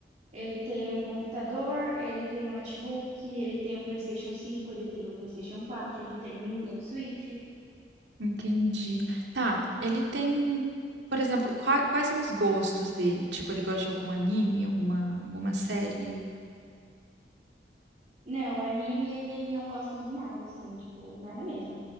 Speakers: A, on the right; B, on the right.
A: ele tem um computador, ele tem um notebook, ele tem um PlayStation cinco ele tem um PlayStation quatro ele tem um Nintendo Switch.
B: Entendi. Tá. Ele tem, por exemplo, qua- quais são os gostos dele? Tipo, ele gosta de algum anime, alguma, alguma série?
A: Não, anime ele não gosta de nada, assim, tipo, nada mesmo.